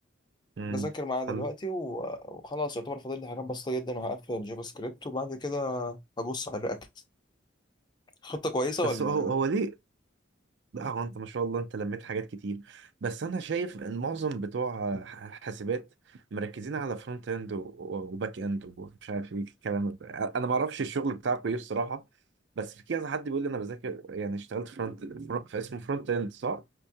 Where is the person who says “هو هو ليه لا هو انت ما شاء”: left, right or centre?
Right